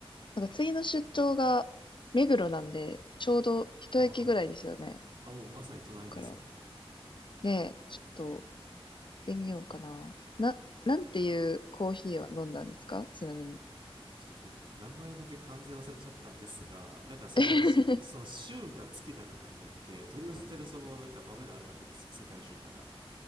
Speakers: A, on the left; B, on the right.
A: なんか次の出張が目黒なんで、ちょうど一駅ぐらいですよね。
B: ああ、あ、もうまさに隣ですよ。
A: だからね、ちょっと行ってみようかな。な、
B: なんか、
A: なんていうコーヒーを飲んだんですかちなみに。
B: ちょっとそれ、名前だけ完全忘れちゃったんですが、なんかその、
A: <laughs>
B: その週か月なのかによって、取り寄せてるそのなんか豆があるわけですよ、世界中から。